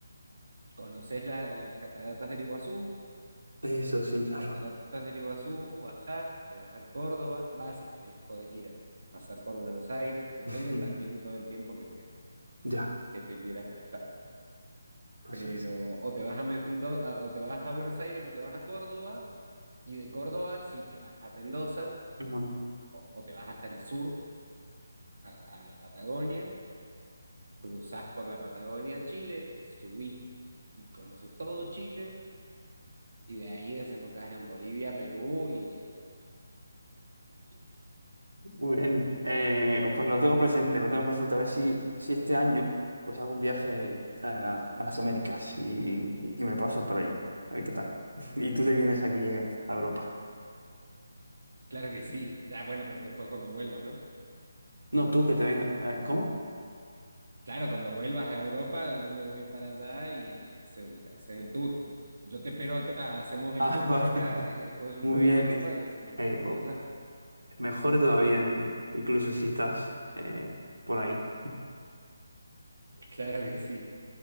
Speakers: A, on the right; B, on the right.
A: conoces la- las cataratas del Iguazú,
B: eso sí,
A: de las
B: claro.
A: cataratas del Iguazú bajás, te vas a Córdoba, vas si querés, podés ir a pasar por Buenos Aires, depende
B: <laughs>
A: también todo el tiempo que te,
B: Ya,
A: que te quieras gastar.
B: pasar,
A: Pero
B: sí.
A: o te vas a Mendoza, o te vas a Buenos Aires, o te vas a Córdoba, Y de Córdoba, si te vas a Mendoza
B: Bueno,
A: o, o te vas hasta el sur, a, a la Patagonia, cruzás por la Patagonia a Chile, te subís y conoces todo Chile, y de ahí desembocás en Bolivia, Perú y a donde quieras.
B: muy bien. Eh, pues lo tengo presente, lo tengo presente. A ver si, si este año pues hago un viaje a, a las Américas y, y y me paso por allí. A ver qué tal. <laughs> Y tú te vienes aquí eh, a Europa.
A: Claro que sí, ya bueno, pero después cuando vuelvas, ¿no?
B: No, tú que te vengas. eh, ¿cómo?
A: Claro, cuando vuelvas a Europa, yo me voy para allá y, hace- y haces el tour. Yo te espero acá, hacemos el
B: Ah,
A: tour
B: <laughs> vale.
A: por acá y después yo
B: Muy
A: me voy
B: bien.
A: a Europa y hacemos el
B: Eh,
A: tour
B: o-
A: por allá.
B: mejor todavía, que incluso si estás eh, por ahí.
A: Claro que sí.